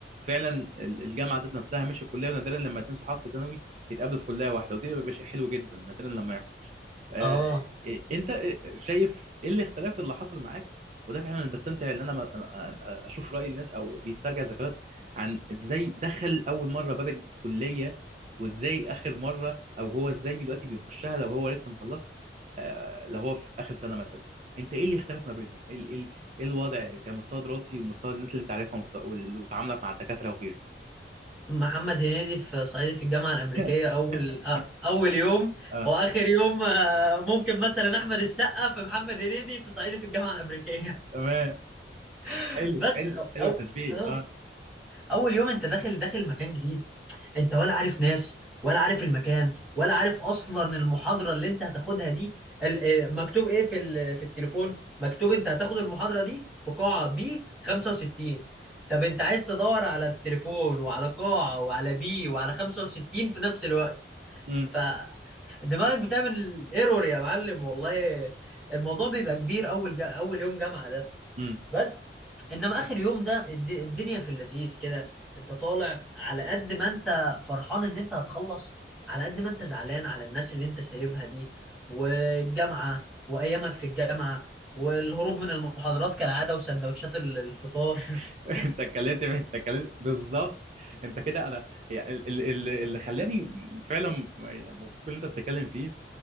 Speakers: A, on the right; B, in the centre.
A: فعلا ال- الجامعة ذات نفسها مش الكلية ونادرا لما اتنين صحاب في ثانوي يتقابلوا في كلية واحدة ودي بيبقى شيء حلو جدا نادرا لما يحصل آه،
B: اه
A: إيه- أنت إيه- شايف إيه الاختلاف اللي حصل معاك وده فعلا اللي بستمتع ان انا م- أ- أ- اشوف راي الناس او بيسترجع ذكريات عن ازاي دخل اول مره باب كلية وازاي اخر مرة او هو ازاي دلوقتي بيخشها لو هو لسه مخلص آه، لو هو في اخر سنة مثلا انت ايه اللي اختلف ما بينهم ايه إيه- إيه الوضع كمستوى دراسي ومستوى الناس اللي انت عارفها ومستوى وتعاملك مع الدكاترة وغيره
B: محمد هنيدي في صعيدي في الجامعة الأمريكية
A: <laughs>
B: أول أ- أول يوم
A: اه
B: وآخر يوم آه، ممكن مثلا أحمد السقا في محمد هنيدي في صعيدي في الجامعة الأمريكية
A: تمام
B: <laughs>
A: حلو
B: بس
A: حلو
B: أو
A: حلو
B: أو
A: التشبيه
B: آه.
A: اه
B: اول يوم انت داخل داخل مكان جديد انت ولا عارف ناس ولا عارف المكان ولا عارف اصلا المحاضره اللي انت هتاخدها دي ال- آه، مكتوب ايه في ال- في التليفون مكتوب انت هتاخد المحاضره دي في قاعه بي 65 طب انت عايز تدور على التليفون وعلى قاعه وعلى بي وعلى 65 في نفس الوقت
A: امم
B: فدماغك بتعمل ايرور يا معلم والله الموضوع بيبقى كبير اول جا... اول يوم جامعه
A: امم
B: بس انما اخر يوم ده الد- الدنيا في اللذيذ كده انت طالع على قد ما انت فرحان ان انت هتخلص على قد ما انت زعلان على الناس اللي انت سايبها دي والجامعة وايامك في الجامعة والهروب من المحاضرات كالعادة وسندوتشات ال- الفطار <laughs>
A: <laughs> انت اتكلمت انت اتكلمت بالظبط انت كده انا يعني ال- ال- اللي خلاني فعلا الموضوع اللي انت بتتكلم فيه